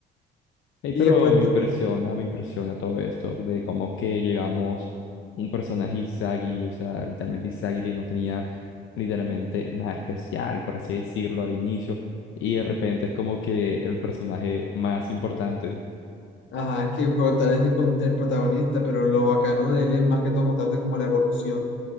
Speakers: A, on the left; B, on the left.
A: Ey,
B: Y
A: pero
B: después,
A: me
B: te,
A: impresiona, me impresiona todo esto de cómo que llegamos un personaje Izagi, o sea, literalmente Izagi que no tenía literalmente nada especial, por así decirlo, al inicio, y de repente es como que el personaje más importante.
B: ajá, es que como tal vez el, con- el protagonista, pero lo bacano de él es más que todo mostrarte como la evolución,